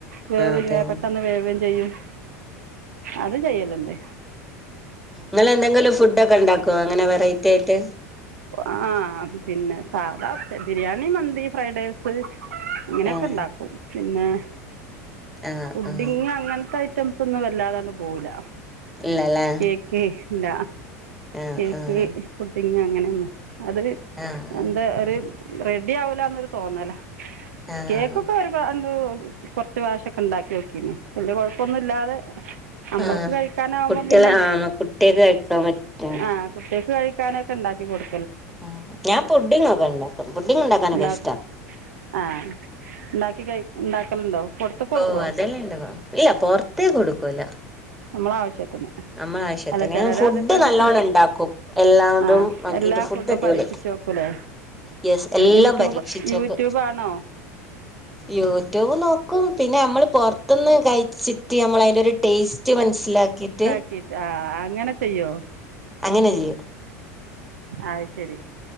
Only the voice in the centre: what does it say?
ആഹ് അതെ
നിങ്ങള് എന്തെങ്കിലും ഫുഡ ഒക്കെ ഉണ്ടാക്കോ അങ്ങനെ വെറൈയ്റ്റി ആയിട്ട്
ആഹ്
ആഹ്
ആഹ്
ഇല്ലല്ലേ
ആഹ്
ആഹ്
ആഹ്
ആഹ്
ആഹ്
കുട്ടികള്
ആഹ് കുട്ടികൾക്ക് കഴിക്കാൻ പറ്റുന്നത്
ഉം ഞാൻ ഫുഡിങ്ങ്ഒക്കെ ഉണ്ടാക്കും ഫുഡിങ്ങ് ഉണ്ടാക്കാനൊക്കെ
ഇഷ്ട
ഓ അതെല്ലാം ഉണ്ടാക്കും ഇല്ല പൊറത്തേ കൊടുക്കൂല
നമ്മള ആവശ്യത്തിന്
ഫുഡ്
നല്ലോണ്ണം
ഉണ്ടാക്കും എല്ലാതും
ക്കീട്ട് ഫുഡ്
അടിപൊളി
യെസ് എല്ലാം
പരീക്ഷിച്ചിട്ട്
യൂട്യൂബ് നോക്കും പിന്നെ നമ്മള് പുത്തുന്ന് കഴി- ചിട്ട് നമ്മള് അതിൻ്റെ ഒരു ടേസ്റ്റ് മനസ്സിലാക്കിയിട്ട്
അങ്ങനെ ചെയ്യും